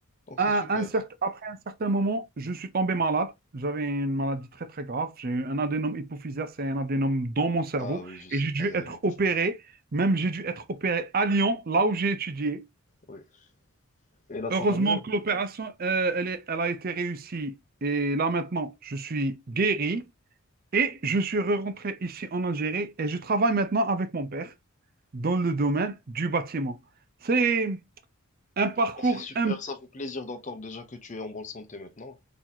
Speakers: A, on the left; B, on the right.
A: Donc
B: À
A: c'est super.
B: un certain- après un certain moment, je suis tombé malade. J'avais une maladie très très grave. J'ai eu un adénome hypophysaire, c'est un adénome dans mon cerveau.
A: Ah oui, je sais.
B: Et j'ai dû
A: Aïe, aïe,
B: être
A: aïe.
B: opéré. Même j'ai dû être opéré à Lyon, là où j'ai étudié.
A: Oui. Et là, ça
B: Heureusement
A: va mieux?
B: que l'opération, euh, elle est- elle a été réussie. Et là maintenant, je suis guéri. Et je suis rentré ici en Algérie. Et je travaille maintenant avec mon père dans le domaine du bâtiment. C'est un parcours...
A: Ah, C'est super,
B: un-
A: ça fait plaisir d'entendre déjà que tu es en bonne santé maintenant.